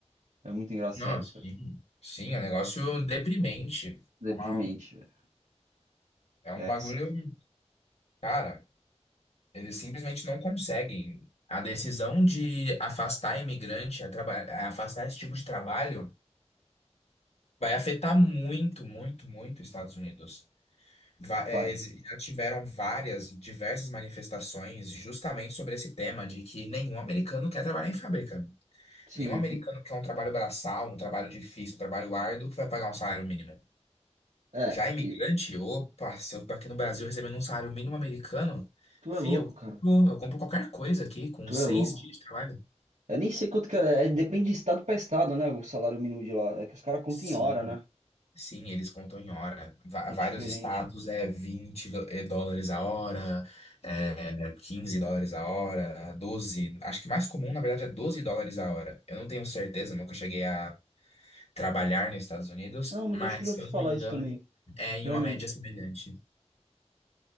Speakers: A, on the right; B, on the left.
A: É muito engraçado,
B: nossa
A: cara.
B: sim, sim, é um negócio deprimente.
A: Deprimente,
B: É uma,
A: velho.
B: é um
A: Exa,
B: bagulho, cara, eles simplesmente não conseguem. A decisão de afastar imigrante, a traba- a afastar esse tipo de trabalho. Vai afetar muito, muito, muito os Estados Unidos. Va- é,
A: pai.
B: exi- já tiveram várias, diversas manifestações justamente sobre esse tema de que nenhum americano quer trabalhar em fábrica.
A: Sim.
B: Nenhum americano quer um trabalho braçal, um trabalho difícil, um trabalho árduo que vai pagar um salário mínimo.
A: É,
B: Já imigrante,
A: e
B: opa, se eu tô aqui no Brasil recebendo um salário mínimo americano,
A: tu
B: fio,
A: é louco,
B: eu
A: cara.
B: compro, eu compro qualquer coisa aqui com
A: Tu
B: seis
A: é louco.
B: dias de trabalho.
A: Eu nem sei quanto que é, é, depende de estado pra estado, né? O salário mínimo de lá. É que os caras contam
B: Sim,
A: em hora, né?
B: Sim, eles contam em hora. Va-
A: É
B: Vários
A: diferente.
B: estados é vinte do- é, dólares a hora, é 15 dólares a hora, 12 Acho que mais comum, na verdade, é 12 dólares a hora. Eu não tenho certeza, nunca cheguei a trabalhar nos Estados Unidos,
A: Não, mas
B: mas
A: eu acho que eu já
B: se
A: ouvi
B: eu
A: falar
B: não me engano,
A: isso também.
B: é em
A: Realmente.
B: uma média semelhante.